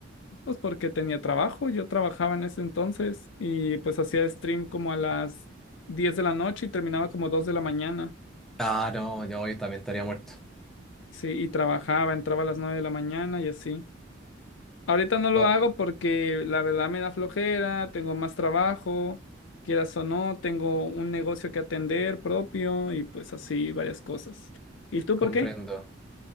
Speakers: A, on the left (about 70°); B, in the centre.
A: pues porque tenía trabajo, yo trabajaba en ese entonces y pues hacía stream como a las 10 de la noche y terminaba como 2 de la mañana,
B: Ah, no, yo, yo también estaría muerto.
A: sí, y trabajaba, entraba a las 9 de la mañana y así. Ahorita no lo
B: Ah,
A: hago porque la verdad me da flojera, tengo más trabajo, quieras o no, tengo un negocio que atender propio y pues así varias cosas. ¿Y tú
B: comprendo.
A: por qué? <laughs>